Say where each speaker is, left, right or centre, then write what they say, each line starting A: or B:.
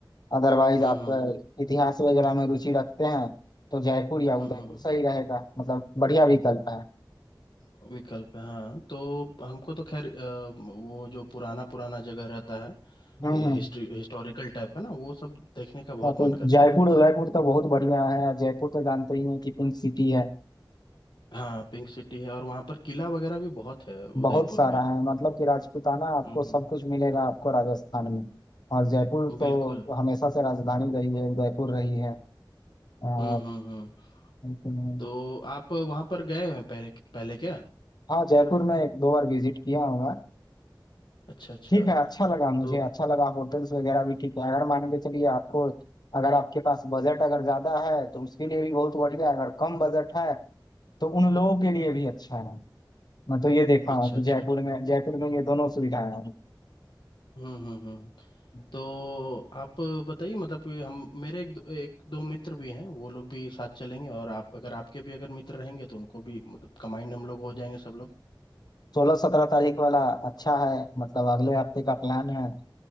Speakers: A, on the left; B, on the left.
A: अदरवाइज
B: हम्म
A: आप
B: हम्म
A: अ, इतिहास वगैरह में रुचि रखते हैं तो जयपुर या
B: हम्म
A: उदयपुर
B: हम्म, हम्म,
A: सही रहेगा मतलब बढ़िया विकल्प है
B: हम्म, विकल्प है हाँ तो हमको तो खैर अ, वो जो पुराना पुराना जगह रहता है
A: हम्म हम्म
B: हिस्ट्री हिस्टोरिकल टाइप का ना वो सब देखने का बहुत
A: हाँ, तो
B: मन करता
A: जयपुर
B: है
A: उदयपुर तो बहुत बढ़िया है जयपुर तो जानते ही हैं कि पिंक सिटी है
B: हाँ पिंक सिटी है और वहाँ पर किला वगैरह भी बहुत है उदयपुर
A: बहुत सारा
B: में
A: है मतलब कि राजपूताना आपको
B: हम्म
A: सब
B: हम्म,
A: कुछ मिलेगा आपको राजस्थान में और जयपुर
B: बिल्कुल
A: तो हमेशा से राजधानी रही है जयपुर रही है और
B: हम्म हम्म हम्म
A: लेकिन-
B: तो आप वहाँ पर गए हैं पहले पहले क्या
A: हाँ जयपुर में एक दो बार विजिट किया हूँ मैं
B: अच्छा अच्छा
A: ठीक है अच्छा लगा मुझे
B: तो
A: अच्छा लगा होटल्स वगैरह भी ठीक है अगर मान के चलिए आपको अगर आपके पास बजट अगर ज्यादा है तो उसके लिए भी बहुत बढ़िया है अगर कम बजट है तो उन लोगों के लिए भी अच्छा है मैं तो ये देखा
B: अच्छा
A: हूँ कि
B: अच्छा
A: जयपुर में जयपुर में ये दोनों सुविधाएं
B: हम्म हम्म हम्म
A: हैं
B: तो आप बताइए मतलब कि हम मेरे एक दो, एक दो मित्र भी हैं वो लोग भी साथ चलेंगे और आप अगर आपके भी अगर मित्र रहेंगे तो उनको भी मतलब कंबाइंड हम लोग हो जाएंगे सब लोग
A: सोलह सत्रह तारीख वाला अच्छा है मतलब अगले हफ्ते का प्लान है